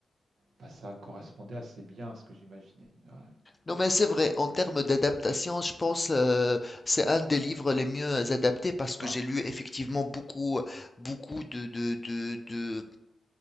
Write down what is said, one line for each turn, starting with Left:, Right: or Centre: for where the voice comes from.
Right: bah, ça correspondait assez bien à ce que j'imaginais. Ouais.
Left: Non, mais c'est vrai, en
Right: Mm.
Left: termes d'adaptation, je pense euh, c'est un des livres les mieux adaptés parce que
Right: Ouais.
Left: j'ai lu effectivement beaucoup, beaucoup de, de, de, de-